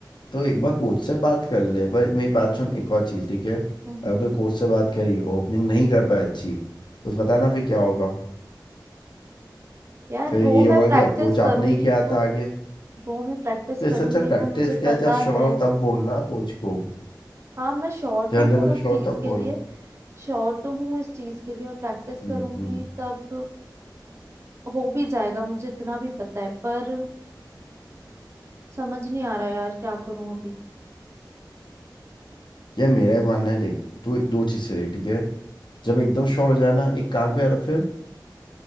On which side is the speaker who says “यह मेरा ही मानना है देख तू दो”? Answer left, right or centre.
Left